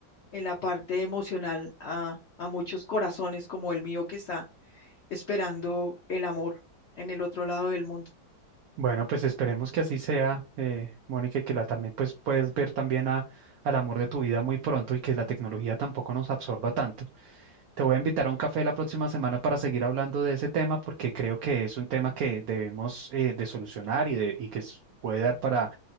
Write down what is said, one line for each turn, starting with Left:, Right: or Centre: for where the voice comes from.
Left: en la parte emocional a, a muchos corazones como el mío que está esperando el amor en el otro lado del mundo.
Right: Bueno, pues esperemos que así sea, eh, Mónica, y que la también pues puedes ver también a, al amor de tu vida muy pronto y que la tecnología tampoco nos absorba tanto. Te voy a invitar a un café la próxima semana para seguir hablando de ese tema porque creo que es un tema que debemos eh, de solucionar y, de, y que s- puede dar para